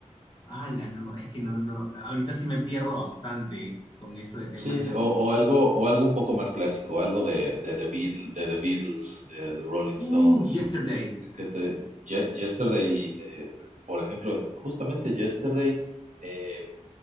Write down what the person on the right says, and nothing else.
Sí,
o,
o algo, o algo un poco más clásico, algo de, de, The Beatl- de The Beatles, de The Rolling
Stones,
que te, Ye- Yesterday, eh, por ejemplo, justamente Yesterday, eh,